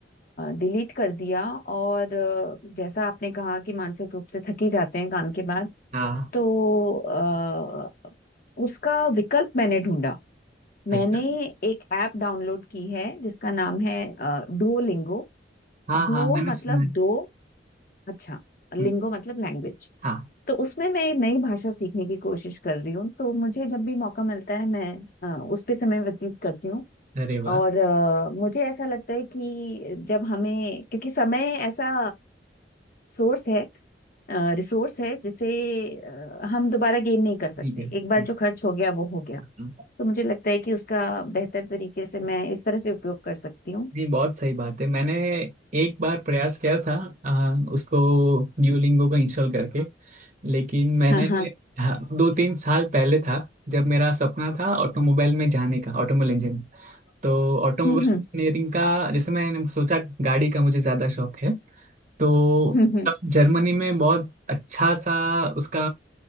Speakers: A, on the left (about 50°); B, on the right (about 45°).
A: डिलीट कर दिया और अ, जैसा आपने कहा कि मानसिक रूप से थक ही जाते हैं काम के बाद
B: हाँ
A: तो अ, उसका विकल्प मैंने ढूंढा मैंने
B: अच्छा
A: एक ऐप डाउनलोड की है जिसका नाम है डुओलिंगो
B: हाँ
A: डुओ
B: हाँ मैंने
A: मतलब
B: सुना है
A: दो अच्छा लिंगो
B: हम्म,
A: मतलब लैंग्वेज
B: हाँ
A: तो उसमें मैं एक नई भाषा सीखने की कोशिश कर रही हूँ तो मुझे जब भी मौका मिलता है मैं अ, उस पे समय व्यतीत करती हूँ
B: अरे वाह
A: और अ, मुझे ऐसा लगता है कि जब हमें क्योंकि समय ऐसा सोर्स है रिसोर्स है जिसे अ, हम दोबारा गेन नहीं कर सकते
B: ठीक है ठीक
A: एक बार जो खर्च हो गया वो हो गया
B: है
A: तो मुझे लगता है कि उसका बेहतर तरीके से मैं इस तरह से उपयोग कर सकती हूँ
B: नहीं बहुत सही बात है मैंने एक बार प्रयास किया था आ, उसको ड्यूलिंगो को इंस्टॉल करके लेकिन मैंने
A: हाँ हाँ
B: हाँ, दो तीन साल पहले था जब मेरा सपना था ऑटोमोबाइल में जाने का ऑटोमोबाइल इंजीनियर तो ऑटोमोबाइल
A: हम्म
B: इंजीनियरिंग का जैसे मैंने सोचा गाड़ी का मुझे ज़्यादा शौक है तो
A: हम्म हम्म
B: जर्मनी में बहुत अच्छा सा उसका